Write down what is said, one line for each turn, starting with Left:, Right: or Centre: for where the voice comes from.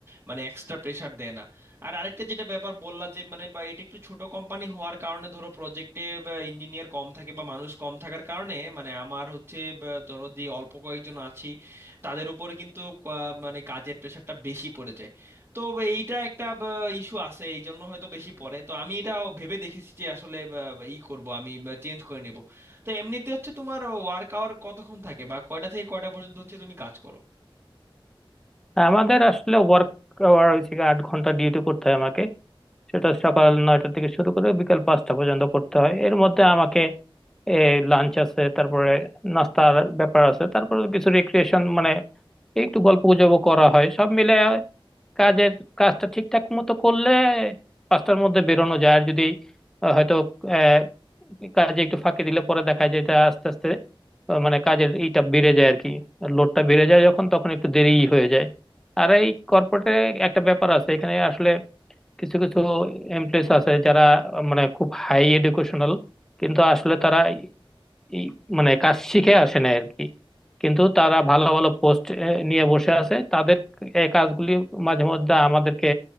Right: মানে এক্সট্রা প্রেশার দেয় না আর আরেকটা যেটা ব্যাপার বললা যে মানে বা এটা একটু ছোট কোম্পানি হওয়ার কারণে ধরো প্রজেক্টে ইঞ্জিনিয়ার কম থাকে বা মানুষ কম থাকার কারণে মানে আমার হচ্ছে বা ধরো যে অল্প কয়েকজন আছি তাদের উপরে কিন্তু কা- মানে কাজের প্রেশারটা বেশি পড়ে যায় তো এইটা একটা ইস্যু আছে এই জন্য হয়তো বেশি পড়ে তো আমি এটা ভেবে দেখেছি যে আসলে বা, বা, ই করব আমি চেঞ্জ করে নিব তো এমনিতে হচ্ছে তোমার ওয়ার্ক আওয়ার কতক্ষণ থাকে বা কয়টা থেকে কয়টা পর্যন্ত হচ্ছে তুমি কাজ করো
Centre: আমাদের আসলে ওয়ার্ক আওয়ার হচ্ছে গিয়ে আট ঘন্টা ডিউটি করতে হয় আমাকে সেটা সকাল নয়টা থেকে শুরু করে বিকাল পাঁচটা পর্যন্ত করতে হয় এর মধ্যে আমাকে লাঞ্চ আছে তারপরে নাস্তার ব্যাপার আছে তারপরে কিছু রিক্রিয়েশন মানে একটু গল্প গুজব করা হয় সব মিলে কাজের কাজটা ঠিকঠাক মতো করলে পাঁচটার মধ্যে বেরোনো যায় আর যদি আহ, হয়তো আহ, কাজে একটু ফাঁকি দিলে পরে দেখা যায় এটা আস্তে আস্তে আহ, মানে কাজের এইটা বেড়ে যায় আর কি লোডটা বেড়ে যায় যখন তখন একটু দেরিই হয়ে যায় আর এই কর্পোরেটে একটা ব্যাপার আছে এখানে আসলে কিছু কিছু এমপ্লয়িজ আছে যারা মানে খুব হাই এডুকেশনাল কিন্তু আসলে তারা এই মানে কাজ শিখে আসে না আর কি কিন্তু তারা ভালো ভালো পোস্ট নিয়ে বসে আছে তাদের এই কাজগুলি মাঝে মধ্যে আমাদেরকে